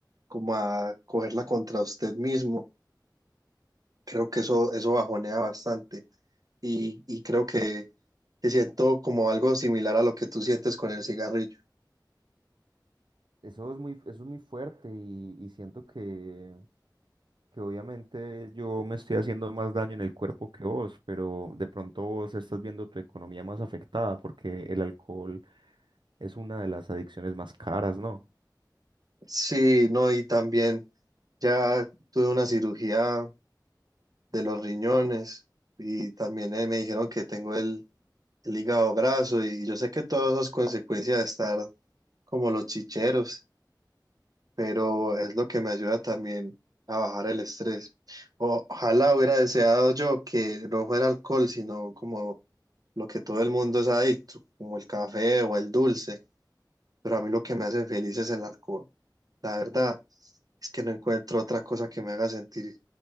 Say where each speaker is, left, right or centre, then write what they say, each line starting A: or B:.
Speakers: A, on the right (about 55°); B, on the right (about 85°).
A: como a cogerla contra usted mismo, creo que eso, eso bajonea bastante y, y creo que, que siento como algo similar a lo que tú sientes con el cigarrillo.
B: Eso es muy, eso es muy fuerte y, y siento que, que obviamente yo me estoy haciendo más daño en el cuerpo que vos, pero de pronto vos estás viendo tu economía más afectada porque el alcohol es una de las adicciones más caras, ¿no?
A: Sí, no, y también ya tuve una cirugía de los riñones y también eh, me dijeron que tengo el, el hígado graso y yo sé que todo eso es consecuencia de estar como los chicheros, pero es lo que me ayuda también a bajar el estrés. ojalá hubiera deseado yo que no fuera alcohol, sino como lo que todo el mundo es adicto, como el café o el dulce, pero a mí lo que me hace feliz es el alcohol. La verdad es que no encuentro otra cosa que me haga sentir